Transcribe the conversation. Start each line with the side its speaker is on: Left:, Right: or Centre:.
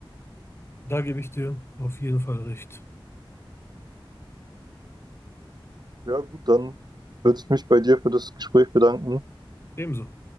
Left: da gebe ich dir auf jeden Fall recht.
Right: Ja, gut, dann würde ich mich bei dir für das Gespräch bedanken.
Left: Ebenso.